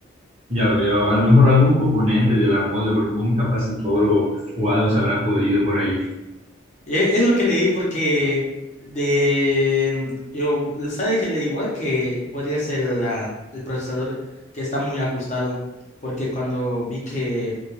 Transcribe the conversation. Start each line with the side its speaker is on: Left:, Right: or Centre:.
Right: Ya veo, a lo mejor algún componente de la motherboard como un capacitor o, o algo se habrá podido por ahí.
Left: E- Es lo que leí porque de mm, yo sabes que leí igual que podría ser la, el procesador que está muy ajustado porque cuando vi que